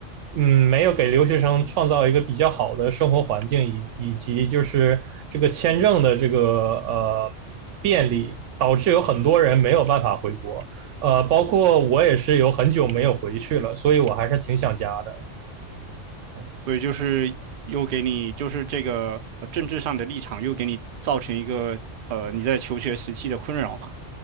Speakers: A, on the right (about 85°); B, on the right (about 55°).
A: 嗯，没有给留学生创造一个比较好的生活环境，以以及就是这个签证的这个呃便利，导致有很多人没有办法回国。呃，包括我也是有很久没有回去了，所以我还是挺想家的。
B: 所以就是又给你就是这个呃政治上的立场又给你造成一个呃你在求学时期的困扰嘛。